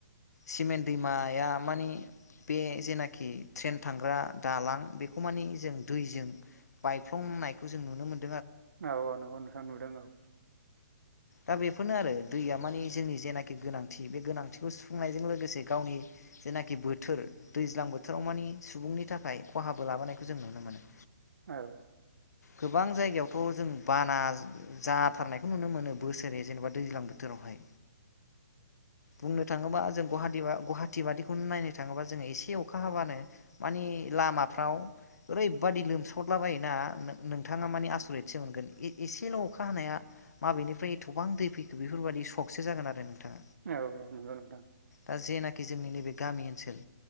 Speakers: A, on the left; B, on the right.
A: सिमेन्ट दैमाया मानि बे जेनाखि ट्रेन थांग्रा दालां बेखौ मानि जों दैजों बायफ्लंनायखौ जों नुनो मोन
B: औ औ नंगौ नोंथां नुदों आं
A: दा बेफोरनो आरो दैया मानिे जोंनि जेनाखि गोनांथि बे गोनांथिखौ सुफुंनायजों लोगोसे गावनि जेनाखि बोथोर दैज्लां बोथोराव मानि सुबुंनि थाखाय खहाबो लाबोनायखौ जों नुनो मोनो।
B: औ
A: गोबां जायगायावथ' जों बाना जाथारनायखौ नुनो मोनो बोसोरे जेनेबा दैज्लां बोथोरावहाय बुंनो थाङोबा जों गुवाहाटि गुवाहाटि बादिखौनो नायनो थाङोबा जोङो एसे अखा हाबानो मानि लामाफ्राव ओरैबादि लोमसावला बायोना नोंथाङा माने आसरितसो मोनगोन एसेल' अखा हानाया माबेनिफ्राय एथ'बां दै फैखो बेफोरबायदि सकसो जागोन आरो नोंथाङा
B: औ औ नंगौ नोंथां
A: दा जेनाखि जोंनि नैबे गामि ओनसोल